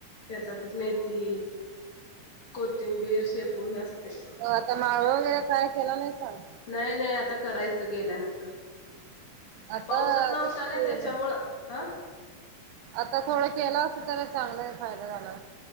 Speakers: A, on the left; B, on the right.
A: शेतातच मेथी. कोथिंबीर, शेपू नसते.
B: हो आता माळ वगैरे काय केला नाही सांग.
A: नाही नाही आता करायचं गेल्यानंतर.
B: आता
A: पाऊसच नव्हता
B: ते केलं
A: नाही त्याच्यामुळं. आ?
B: आता थोडं केलं असता, तर चांगला फायदा झाला असता.